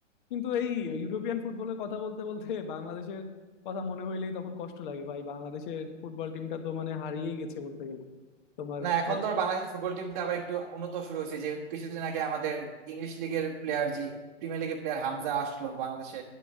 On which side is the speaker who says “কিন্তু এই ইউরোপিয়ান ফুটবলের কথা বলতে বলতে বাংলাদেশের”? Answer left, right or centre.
Left